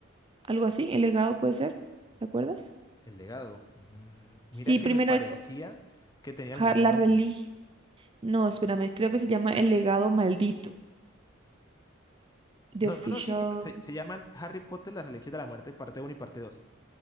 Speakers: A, on the right; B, on the left.
A: algo así, El Legado puede ser, ¿te acuerdas?
B: El Legado. Mm, mira
A: Sí,
B: que
A: primero
B: me parecía
A: es
B: que tenía el
A: ja-
B: mismo
A: la
B: nombre.
A: religión. No, espérame, creo que se llama El Legado Maldito, The
B: No,
A: Official.
B: no, no, sí, mira, se, se llaman Harry Potter, Las Reliquias de la Muerte, parte uno y parte 2.